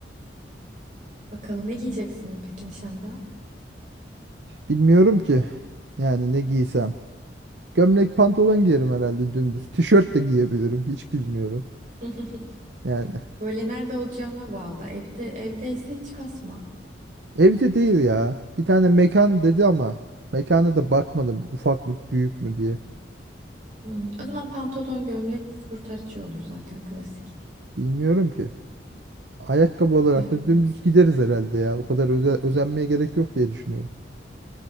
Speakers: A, on the right; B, on the right.
A: Bakalım ne giyeceksin peki nişanda?
B: Bilmiyorum ki. Yani ne giysem. Gömlek pantolon giyerim herhalde dümdüz. Tişört de giyebilirim. Hiç bilmiyorum.
A: <laughs>
B: Yani
A: Böyle nerede olacağına bağlı. Evde evdeyse hiç kasma.
B: evde değil ya. Bir tane mekan dedi ama mekana da bakmadım. Ufak mı büyük mü diye.
A: Hmm, O zaman pantolon, gömlek kurtarıcı olur zaten klasik.
B: Bilmiyorum ki. Ayakkabı olarak
A: Evet,
B: da dümdüz gideriz herhalde ya. O kadar öze- özenmeye gerek yok diye düşünüyorum.